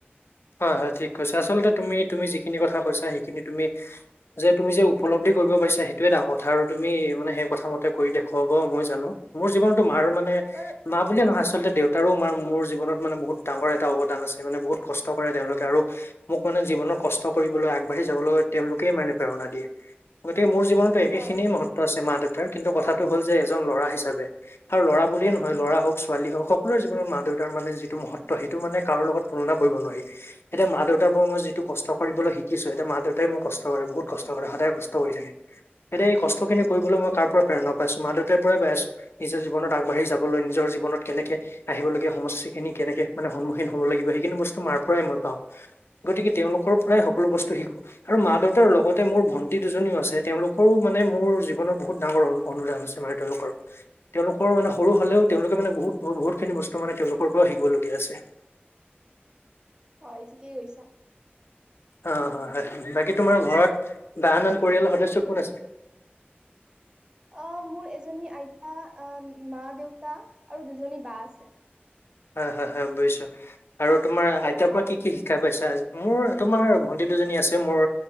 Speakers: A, on the left; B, on the right.
A: হয়, হয় ঠিক কৈছে আচলতে তুমি তুমি যিখিনি কথা কৈছা সেইখিনি তুমি যে তুমি যে উপলব্ধি কৰিব পাৰিছা। সেইটোৱে ডাঙৰ কথা আৰু তুমি মানে সেই কথা মতে কৰি দেখুৱাব মই জানো। মোৰ জীৱনত তোমাৰ মানে
B: বাৰু
A: মা বুলিয়ে নহয় আচলতে আচলতে দেউতাৰো আৰু মাৰ মোৰ জীৱনত মানে বহুত ডাঙৰটা অৱদান আছো। বহুত কষ্ট কৰে তেওঁলোকে আৰু মোক মানে জীৱনত কষ্ট কৰিবলৈ আগবাঢ়ি যাবলৈ তেওঁলোকে মানে প্ৰেৰণা দিয়ে। গতিকে মোৰ জীৱনতো একখিনিয়েই
B: হয়
A: মহত্ব আছে। মা- দেউতাৰ। কিন্তু কথাটো হ'ল যে এজন ল'ৰা হিচাপে আৰু ল'ৰা বুলিয়ে নহয়, ল'ৰা হ'ওক ছোৱালী হ'ওক সকলোৰে জীৱনত মা দেউতাৰ মানে যিটো মহত্ব সেইটো মানে কাৰো লগত তুলনা কৰিব নোৱাৰি। <unintelligible> এতিয়া মা দেউতাৰ পৰা মই যিটো কষ্ট কৰিবলৈ শিকি শিকিছো এতিয়া মা- দেউতাই মোক কষ্ট কৰে। বহুত কষ্ট কৰে সদায়ে কষ্ট কৰি থাকে। এতিয়া এই কষ্টখিনি কৰিবলৈ মই কাৰো পৰা প্ৰেৰণা পাইছো মা দেউতাই পৰাই পাই আছ নিজৰ জীৱনত আগবাঢ়ি যাবলৈ নিজৰ জীৱনত কেনেকে আহিবলগীয়া সমস্যাখিনি কেনেক মানে সন্মুখীন হব লাগিব সেইখিনি বস্তু মাৰ পৰাই মই পাওঁ গতিকে তেওঁলোকৰ পৰাই সকলো বস্তু শিকো আৰু মা দেউতাৰ লগতে মোৰ ভন্টি দুজনীও আছে তেওঁলোকৰো মানে মোৰ জীৱনৰ বহুত ডাঙৰ অনু অনুদান আছে মানে তেওঁলোকৰ তেওঁলোকৰ মানে সৰু হলেও তেওঁলোকে মানে বহুত বহুত খিনি বস্তু মানে তেওঁলোকৰ পৰাও শিকিবলগীয়া আছে।
B: হয় ঠিকেই কৈছা।
A: অ' হয়, হয় বাকী তোমাৰ ঘৰত বা আন আন পৰিয়ালৰ সদস্য কোন আছে?
B: অ' মোৰ এজনী আইতা, অ'হ মা-দেউতা আৰু দুজনী বা আছে।
A: হয়, হয়, হয় বুজিছো। আৰু তোমাৰ
B: আৰু
A: আইতাৰ
B: তোমাৰ?
A: পৰা কি কি শিক্ষা পাইছা? মোৰ, তোমাৰ ভন্টি দুজনী আছে, মোৰ